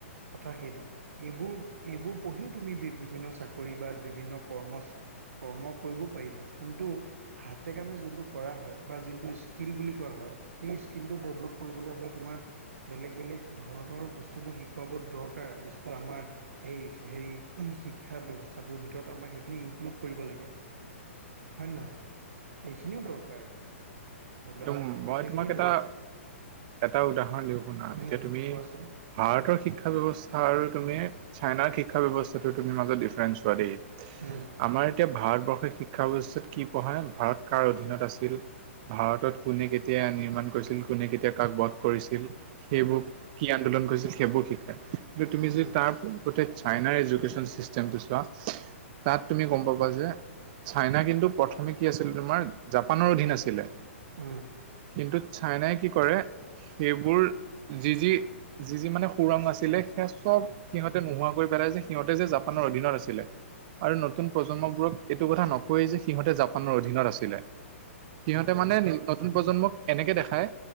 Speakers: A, on the right; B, on the right.
A: কথা সেইটো। এইবোৰ এইবোৰ পঢ়িও তুমি বি বিভিন্ন চাকৰি বা বিভিন্ন কৰ্ম চা কৰ্ম কৰিব পাৰিবা কিন্তু হাত। হাতে কামে যোনটো কৰা হয় বা যিনটো স্কিল বুলি কোৱা হয়। সেই স্কিলটো ডেভলপ কৰিবলৈ হ'লে তোমাৰ। বেলেগ -বেলেগ ধৰণৰ বস্তুবোৰ শিকোৱাব দৰকাৰ স্কুল আমাৰ সেই হেৰি শিক্ষা ব্যৱস্থাটোৰ ভিতৰত আমাক সেইখিনি ইনক্লুড কৰিব লাগে। হয় নহয় এইখিনিও দৰকাৰ। ধৰি লোৱা
B: দুম
A: গোটেইখিনি
B: মই তোমাক এটা।
A: দৰকাৰ
B: এটা উদাহৰণ দিওঁ শুনা
A: উম
B: এতিয়া তুমি
A: কোৱাচোন
B: ভাৰতৰ শিক শিক্ষা ব্যৱস্থা আৰু তুমি চাইনাৰ শিক্ষা ব্যৱস্থাতো তুমি মাজত ডিফাৰেন্স চোৱা দেই।
A: উম
B: আমাৰ এতিয়া ভাৰতবৰ্ষৰ শিক্ষা ব্যৱস্থাত কি পঢ়াই ভাৰত কাৰ অধীনত আছিল? ভাৰতত কোনে কেতিয়া নিৰ্মাণ কৰিছিল কোনে কেতিয়া কাক বধ কৰিছিল সেইবোৰ। কি আন্দোলন কৰিছিল সেইবোৰ শিকাই
A: উম
B: কিন্তু তুমি যদি
A: উম
B: তাৰ পৰিবৰ্তে চাইনাৰ এডুকেশ্বন চিস্ট তেম টো চোৱা তাত তুমি গম পাবা যে। চাইনা কিন্তু প্ৰথমে কি আছিলে তোমাৰ জাপানৰ অধীন আছিলে।
A: উম। উম, সিহঁতে
B: কিন্তু চাইনাই কি কৰে সেইবোৰ
A: নিজৰ
B: যি- যি। যি যি মানে সুৰং আছিলে সে চব সিহঁতে নোহোৱা কৰি পেলাই যে সিহঁতে যে জাপানৰ অধি ধিনত আছিল আৰু নতুন প্ৰজন্মবোৰক এইটো কথা নকয়েই যে সিহতে জাপানৰ অধীনত আছিলে। সিহঁতে মানে ন নতুন প্ৰজন্মক এনেকে দেখায়